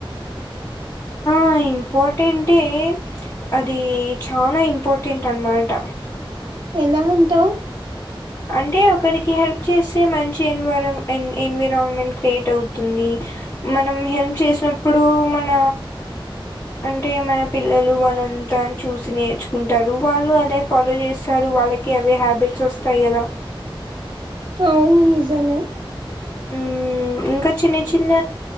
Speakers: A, on the left (about 40°); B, on the right (about 55°).
A: ఆ ఇంపార్టెంటే అది చాలా ఇంపార్టెంట్ అనమాట
B: ఎలా అంటావు
A: అంటే ఒకరికి హెల్ప్ చేసే మంచి ఎన్వరా ఎ ఎన్విరాన్మెంట్ క్రియేట్ అవుతుంది మనం హెల్ప్ చేసినప్పుడు మన అంటే మన పిల్లలు వాళ్ళంతా చూసి నేర్చుకుంటారు, వాళ్ళు అదే ఫాలో చేస్తారు వాళ్ళకి అవే హ్యాబిట్స్ వస్తాయి కదా
B: అవును నిజామే
A: మ్మ్, ఇంకా చిన్న చిన్న